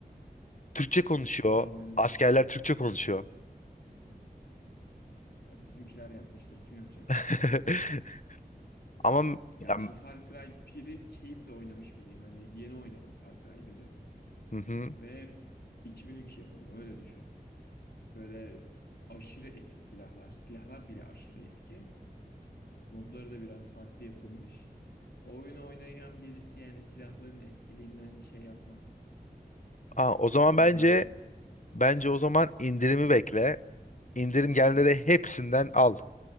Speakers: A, on the left; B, on the left.
A: Türkçe konuşuyor.
B: hiç onlar oynamadım.
A: Askerler Türkçe konuşuyor.
B: Ya bizimkiler yapmıştır. Kim yapacak
A: <laughs>
B: başka?
A: Ama m-
B: Ya
A: ya,
B: ben
A: m-
B: Far Cry 1'i keyifle oynamış biriyim. Hani yeni oynadım Far Cry 1'i.
A: hı hı.
B: Ve 2003 yapımı öyle düşün. Böyle aşırı eski silahlar. Silahlar bile aşırı eski. Modları da biraz farklı yapılmış. O oyunu oynayan birisi yani silahların eskiliğinden şey yapmaz.
A: Aa, o zaman
B: Şüphelenmez
A: bence
B: bence.
A: bence o zaman indirimi bekle. İndirim gelenleri hepsinden al.